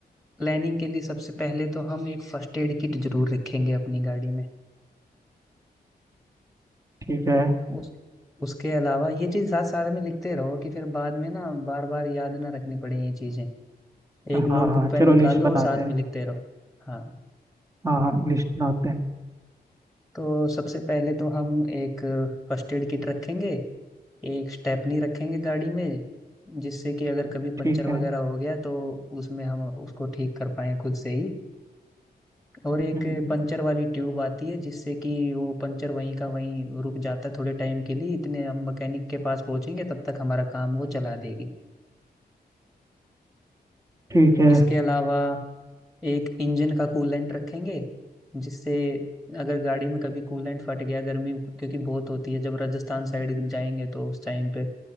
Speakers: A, in the centre; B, on the right (about 20°).
A: प्लानिंग के लिए सबसे पहले तो हम एक फर्स्ट एड किट जरूर रखेंगे अपनी गाड़ी में
B: ठीक है
A: उस उसके अलावा ये चीज साथ साथ में लिखते रहो कि फिर बाद में ना बार बार याद ना रखनी पड़े ये चीजें
B: हाँ
A: एक नोटबुक
B: हाँ
A: पेन
B: चलो
A: निकाल
B: लिस्ट
A: लो
B: बनाते
A: और साथ
B: हैं
A: में लिखते रहो हाँ
B: हाँ हाँ लिस्ट बनाते हैं
A: तो सबसे पहले तो हम एक फर्स्ट एड किट रखेंगे एक स्टेपनी रखेंगे गाड़ी में जिससे कि अगर कभी
B: ठीक
A: पंचर वगैरह
B: है
A: हो गया तो उसमें हम उसको ठीक कर पाए खुद से ही और एक
B: हम्म हम्म,
A: पंचर वाली ट्यूब आती है जिससे कि वो पंचर वहीं का वहीं रुक जाता है थोड़े टाइम के लिए इतने हम मैकेनिक के पास पहुंचेंगे तब तक हमारा काम वो चला देगी
B: ठीक है
A: इसके अलावा एक इंजन का कूलेंट रखेंगे जिससे अगर गाड़ी में कभी कूलेंट फट गया गर्मी क्योंकि बहुत होती है जब राजस्थान साइड जाएंगे तो उस टाइम पे